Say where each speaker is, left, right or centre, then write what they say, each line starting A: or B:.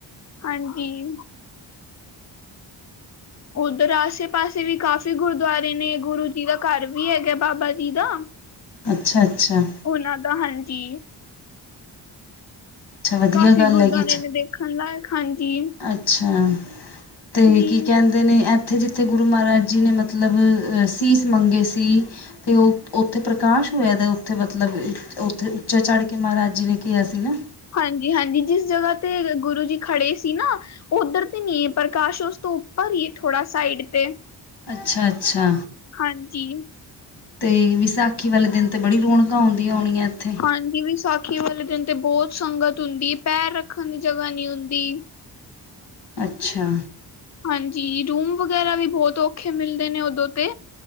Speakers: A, on the left; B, on the left.
A: ਹਾਂਜੀ। ਉੱਧਰ ਆਸੇ ਪਾਸੇ ਵੀ ਕਾਫ਼ੀ ਗੁਰਦੁਆਰੇ ਨੇ ਗੁਰੂ ਜੀ ਦਾ ਘਰ ਵੀ ਹੈਗਾ ਬਾਬਾ ਜੀ ਦਾ। <inaudible>
B: ਅੱਛਾ ਅੱਛਾ।
A: ਉਹਨਾਂ ਦਾ ਹਾਂਜੀ।
B: ਅੱਛਾ ਵਧੀਆ
A: ਕਾਫ਼ੀ
B: ਗੱਲ
A: ਗੁਰਦੁਆਰੇ
B: ਹੈਗੀ
A: ਨੇ ਦੇਖਣ ਲਾਇਕ ਹਾਂਜੀ।
B: ਅੱਛਾ ਤੇ
A: ਜੀ
B: ਕੀ ਕਹਿੰਦੇ ਨੇ ਜਿੱਥੇ ਜਿੱਥੇ ਗੁਰੂ ਮਹਾਰਾਜ ਜੀ ਨੇ ਮਤਲਬ ਸੀਸ ਮੰਗੇ ਸੀ ਅਤੇ ਉਹ ਉੱਥੇ ਪ੍ਰਕਾਸ਼ ਹੋਇਆ ਦਾ ਉੱਥੇ ਮਤਲਬ ਉੱਥੇ ਉੱਚਾ ਚੜ੍ਹ ਕੇ ਮਹਾਰਾਜ ਜੀ ਨੇ ਕਿਹਾ ਸੀ ਨਾ।
A: ਹਾਂਜੀ -ਹਾਂਜੀ, ਜਿਸ ਜਗ੍ਹਾ ਤੇ ਗੁਰੂ ਜੀ ਖੜੇ ਸੀ ਨਾ ਉੱਧਰ ਤੇ ਨਹੀ ਹੈ। ਪ੍ਰਕਾਸ਼ ਉਸ ਤੋਂ ਉੱਪਰ ਹੀ ਥੋੜਾ ਸਾਈਡ ਤੇ
B: ਅੱਛਾ ਅੱਛਾ
A: ਹਾਂਜੀ
B: ਤੇ ਵਿਸਾਖੀ ਵਾਲੇ ਦਿਨ ਤਾਂ ਬੜੀ ਰੌਣਕਾਂ ਆਉਂਦੀਆਂ ਆਉਣੀਆਂ ਇੱਥੇ
A: ਹ ਜੀ ਦੀ ਵਿਸਾਖੀ ਵਾਲੇ ਦਿਨ ਤੇ ਬਹੁਤ ਸੰਗਤ ਹੁੰਦੀ ਹੈ। ਪੈਰ ਰੱਖਣ ਦੀ ਜਗ੍ਹਾ ਨਹੀਂ ਹੁੰਦੀ
B: ਅੱਛਾ।
A: ਹਾਂਜੀ ਰੂਮ ਵਗੈਰਾ ਵੀ ਬਹੁਤ ਔਖੇ ਮਿਲਦੇ ਨੇ ਉਦੋਂ ਤੇ।